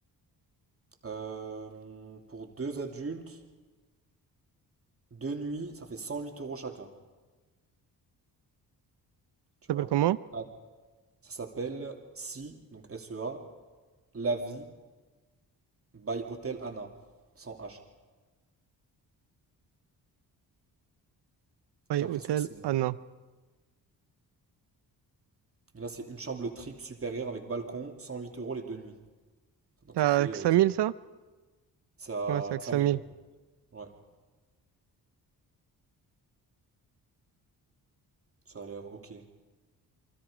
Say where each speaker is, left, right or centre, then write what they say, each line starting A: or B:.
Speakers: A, on the right; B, on the right.
A: Euh, pour deux adultes, deux nuits, ça fait 108 euros chacun. Tu
B: s'appelle
A: vois?
B: comment?
A: Ah, ça s'appelle Si, donc SEA, La Vie. By Hotel Anna, sans H.
B: Ouais,
A: J'ai l'impression
B: hôtel.
A: que c'est. Et
B: Ah non.
A: là, c'est une chambre triple supérieure avec balcon, 108 euros les deux nuits. Donc
B: T'as
A: ça fait.
B: que
A: euh,
B: 5000, ça?
A: ça,
B: Ouais, c'est à
A: que
B: que
A: ça
B: 5000.
A: mille. ouais. Ouais, ça a l'air ok.